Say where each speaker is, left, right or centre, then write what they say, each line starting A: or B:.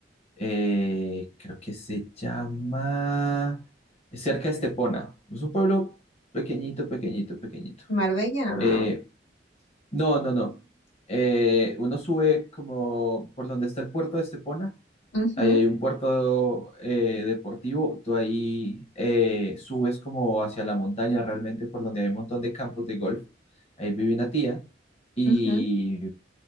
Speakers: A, on the left (about 35°); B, on the left (about 75°).
A: eh, creo que se llama cerca de Estepona. Es un pueblo pequeñito, pequeñito, pequeñito.
B: Marbella, no, no,
A: Eh, no, no, no. Eh, uno sube como por donde está el puerto de Estepona.
B: no. Ujú,
A: Ahí hay un puerto eh, deportivo. Tú ahí eh, subes como hacia la montaña realmente, por donde hay un montón de campos de golf. Ahí vive una tía. y
B: ujú.